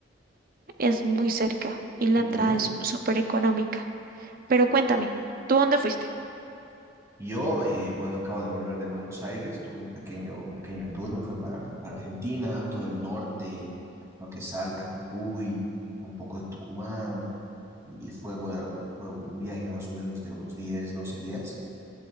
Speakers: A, on the right; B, on the right.
A: Es muy cerca y la
B: muy
A: entrada
B: bien.
A: es súper económica. Pero cuéntame, ¿tú dónde fuiste?
B: Yo, eh, bueno, acabo de volver de Buenos Aires, tuve un pequeño, un pequeño tour, me fui para, para Argentina, todo el norte, lo que es Salta, Jujuy, un poco de Tucumán, y fue, bueno, fue un viaje más o menos de unos 10 12 días,